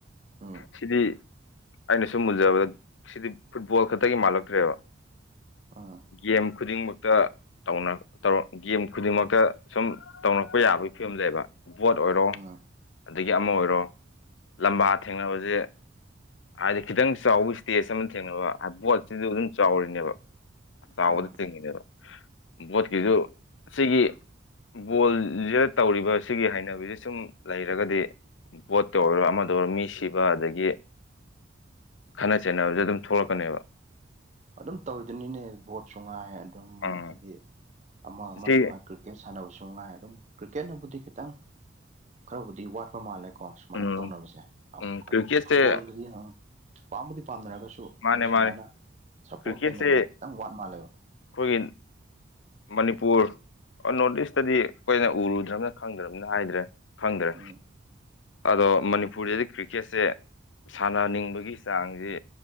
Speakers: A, on the right (about 35°); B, on the left (about 70°).
A: ꯎꯝ
B: ꯁꯤꯗꯤ ꯑꯩꯅ ꯁꯨꯝ ꯎꯖꯕꯗ ꯁꯤꯗꯤ ꯐꯨꯠꯕꯣꯜ ꯈꯛꯇꯒꯤ ꯃꯥꯜꯂꯛꯇ꯭ꯔꯦꯕ
A: ꯎꯝ
B: ꯒꯦꯝ ꯈꯨꯗꯤꯡꯃꯛꯇ ꯇꯧꯅ ꯇꯧꯔꯛ ꯒꯦꯝ ꯈꯨꯗꯤꯡꯃꯛꯇ ꯁꯨꯝ ꯇꯧꯅ ꯔꯛꯄ ꯌꯥꯕꯒꯤ ꯐꯤꯕꯝꯅꯦꯕ ꯕꯣꯠ ꯑꯣꯏꯔꯣ
A: ꯎꯝ
B: ꯑꯗꯒꯤ ꯑꯃ ꯑꯣꯏꯔꯣ ꯂꯝꯕꯥ ꯊꯦꯡꯅꯕꯖꯦ ꯍꯥꯏꯗꯤ ꯈꯤꯇꯪ ꯆꯥꯎꯕ ꯏꯁꯇꯦꯖ ꯑꯃꯗ ꯊꯦꯡꯅꯕ ꯚꯣꯠꯁꯤꯖꯨ ꯑꯗꯨꯝ ꯆꯥꯎꯔꯤꯅꯦꯕ ꯆꯥꯎꯕꯗ
A: ꯎꯝ
B: ꯆꯤꯡꯉꯤꯅꯦꯕ ꯕꯣꯠꯀꯤꯖꯨ ꯁꯤꯒꯤ ꯕꯣꯜ <unintelligible> ꯇꯧꯔꯤꯕ ꯁꯤꯒꯤ ꯍꯩꯅꯕꯤꯁꯤ ꯁꯨꯝ ꯂꯩꯔꯒꯗꯤ ꯚꯣꯠ ꯇꯧꯔꯒ ꯑꯃꯗ ꯑꯣꯏꯔꯣ ꯃꯤ ꯁꯤꯕ ꯑꯗꯒꯤ ꯈꯠꯅ ꯆꯩꯅꯕꯖꯦ ꯑꯗꯨꯝ ꯊꯣꯛꯂꯛꯀꯅꯦꯕ
A: ꯑꯗꯨꯝ ꯇꯧꯏꯗꯨꯅꯤꯅꯦ ꯚꯣꯠꯁꯨꯉꯥꯢ ꯑꯗꯨꯝ
B: ꯎꯝ
A: ꯍꯥꯏꯗꯤ ꯑꯃ ꯑꯃꯖꯨ
B: ꯁꯤ
A: ꯉꯥꯏ ꯀ꯭ꯔꯤꯀꯦꯠ ꯁꯥꯟꯅꯕꯁꯨ ꯅꯨꯡꯉꯥꯏ ꯑꯗꯨꯝ ꯀ꯭ꯔꯤꯀꯦꯠꯅꯕꯨꯗꯤ ꯈꯤꯇꯪ ꯈꯔꯕꯨꯗꯤ ꯋꯥꯠꯄ ꯃꯥꯜꯂꯦ ꯀꯣ ꯁꯨꯃꯥꯏꯅ
B: ꯎꯝ
A: ꯇꯧꯅꯕꯁꯦ ꯑ
B: ꯎꯝ ꯀ꯭ꯔꯤꯛꯀꯦꯠꯁꯦ
A: ꯑꯗꯨ ꯐꯨꯠꯕꯣꯜꯗꯗꯤ <unintelligible> ꯄꯥꯝꯕꯨꯗꯤ ꯄꯥꯝꯅꯔꯒ ꯁꯨ
B: ꯃꯥꯅꯦ
A: ꯍꯥꯏꯗꯤ
B: ꯃꯥꯅꯦ
A: ꯁꯨꯃꯥꯏꯅ ꯁꯞꯄꯣꯔꯠ
B: ꯀ꯭ꯔꯤꯛꯀꯦꯠꯁꯦ
A: ꯂꯩꯅꯕꯖꯦ ꯈꯤꯇꯪ ꯋꯥꯠ ꯃꯥꯜꯂꯦꯕ
B: ꯑꯩꯈꯣꯏꯒꯤ ꯃꯅꯤꯄꯨꯔ ꯑ ꯅꯣꯔꯠ ꯏꯁꯇꯗꯤ ꯑꯩꯈꯣꯏꯅ ꯎꯔꯨꯗ꯭ꯔꯕꯅꯤꯅ ꯈꯪꯗ꯭ꯔꯕꯅꯤꯅ ꯍꯥꯏꯗ꯭ꯔꯦ ꯈꯪꯗ꯭ꯔꯦ
A: ꯎꯝ
B: ꯑꯗꯣ ꯃꯅꯤꯄꯨꯔꯗꯗꯤ ꯀ꯭ꯔꯤꯀꯦꯠꯁꯦ ꯁꯥꯟꯅꯅꯤꯡꯕꯒꯤ ꯆꯥꯡꯖꯦ